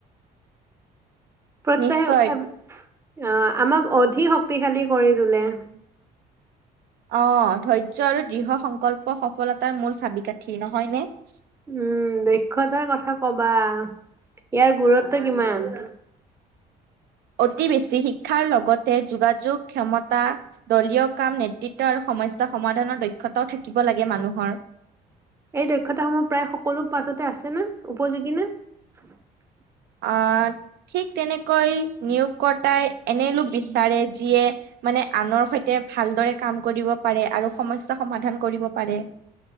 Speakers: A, on the right (about 15°); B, on the right (about 70°).
A: প্ৰত্যাহাৰ
B: নিশ্চয়
A: আ অঁ আমাক অধি শক্তিশালী কৰি তোলে। <unintelligible>
B: অ ধৈৰ্য আৰু দৃঢ় সংকল্প সফলতাৰ মূল চাবিকাঠি নহয়নে? <unintelligible>
A: উম! দক্ষতাৰ কথা কবা ইয়াৰ গুৰুত্ব কিমান <unintelligible>
B: অতি বেছি শিক্ষাৰ লগতে যোগাযোগ ক্ষমতা দলীয় কাম নেতৃত্ব আৰু সমস্যা সমাধানৰ দক্ষতাও থাকিব লাগে মানুহৰ। <unintelligible>
A: এই দক্ষতাসমূহ প্ৰায় সকলো পাছতে আছে না উপযোগী নে? <unintelligible>
B: অ ঠিক তেনেকৈ নিয়োগকৰ্তাই এনে লোক <unintelligible> বিচাৰে যিয়ে মানে আনৰ সৈতে ভালদৰে কাম কৰিব পাৰে আৰু সমস্যা সমাধান কৰিব পাৰে। <unintelligible>